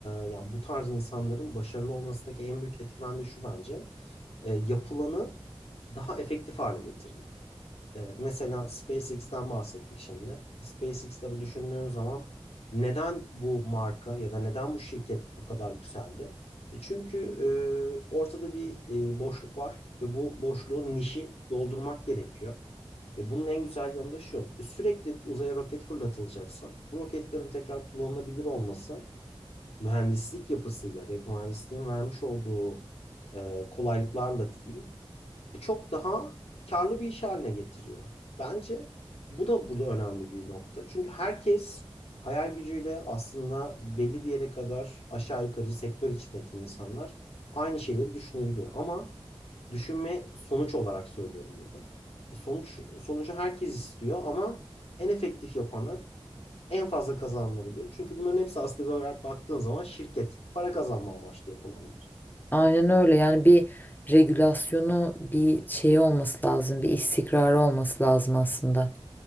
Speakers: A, on the left; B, on the left.
A: e, yani bu tarz insanların başarılı olmasındaki en büyük etkimen de şu bence e, yapılanı daha efektif hale getirmek. E, mesela SpaceX'ten bahsettik şimdi. SpaceX'te bu düşündüğün zaman neden bu marka ya da neden bu şirket bu kadar yükseldi? E çünkü e, ortada bir e, boşluk var ve bu boşluğun nişi doldurmak gerekiyor. E bunun en güzel yanı da şu. E, Sürekli uzaya roket fırlatılacaksa bu roketlerin tekrar kullanılabilir olması mühendislik yapısıyla ve mühendisliğin vermiş olduğu e, kolaylıklarla diyeyim e, çok daha karlı bir iş haline getiriyor. Bence bu da burada önemli bir nokta. Çünkü herkes hayal gücüyle aslında belli bir yere kadar aşağı yukarı sektör içindeki insanlar aynı şeyleri düşünebiliyor. Ama düşünme sonuç olarak söylüyorum burada. E sonuç sonucu herkes istiyor ama en efektif yapanlar en fazla kazananlar oluyor. Çünkü bunların hepsi aslında böyle baktığın zaman şirket para kazanma amaçlı yapılanlar.
B: Aynen öyle yani bir regülasyonu bir şeyi olması lazım bir istikrarı olması lazım aslında.